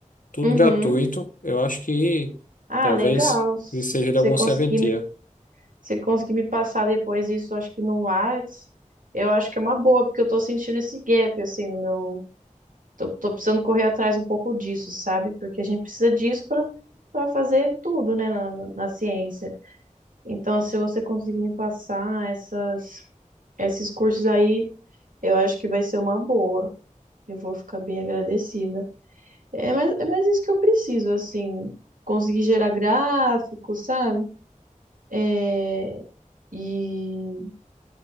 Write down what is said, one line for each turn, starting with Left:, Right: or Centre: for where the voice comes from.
Left: Tudo
Right: uhum.
Left: gratuito. Eu acho que
Right: Ah,
Left: talvez
Right: legal. Se
Left: seja de
Right: você
Left: algum
Right: conseguir
Left: serventia.
Right: me, se conseguir me passar depois isso, acho que no Whats, eu acho que é uma boa, porque eu tô sentindo esse gap, assim, no meu Tô, tô precisando correr atrás um pouco disso, sabe? Porque a gente precisa disso para para fazer tudo, né, na, na, na ciência. Então, se você conseguir me passar essas, esses cursos aí, eu acho que vai ser uma boa. Eu vou ficar bem agradecida. É mais, é mais isso que eu preciso, assim, conseguir gerar gráfico, sabe? É, e